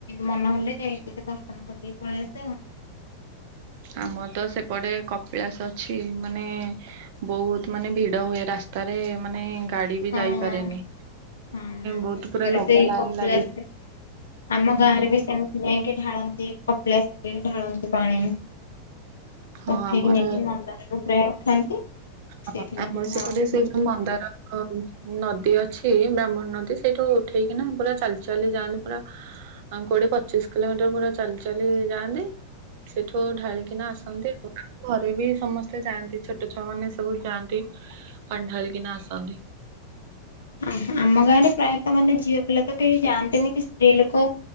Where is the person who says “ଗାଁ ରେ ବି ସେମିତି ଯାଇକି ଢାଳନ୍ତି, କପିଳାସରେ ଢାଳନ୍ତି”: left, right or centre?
Left